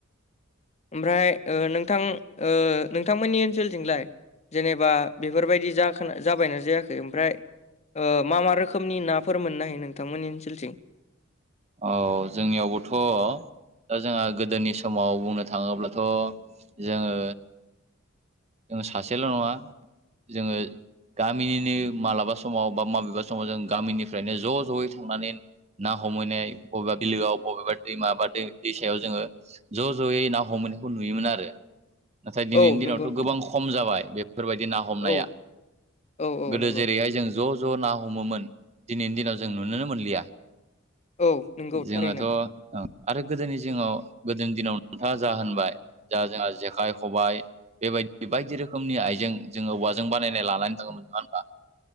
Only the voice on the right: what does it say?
औ जोंनियावबोथ' दा जोंहा गोदोनि समाव बुंनो थाङोब्लाथ' जोङो जों सासेल' नङा जोङो गामिनिनो मालाबा समाव बा माबेबा समाव जों गामिनिफ्रायनो ज' ज'यै थांनानै ना हमहैनाय बबेबा बिलोआव बबेबा दैमा बा दै दैसायाव जोङो ज' ज'यै ना हमैनायखौ नुयोमोन आरो नाथाय दिनैनि
दिनावथ'
गोबां खम जाबाय बे फोरबायदि ना हमनाया
गोदो
जेरैहाय जों ज' ज' ना हमोमोन दिनैनि दिनाव जों नुुनोनो मोनलिया।
जोङोथ'
आरो गोदोनि जिङाव गोदोनि दिनाव नोंथाङा जा होनबाय जा जोंहा जेखाइ, ख'बाइ बेबायदि बायदि रोखोमनि आइजें जोङो औवाजों बानायनानै लानानै थाङोमोन नङा होनबा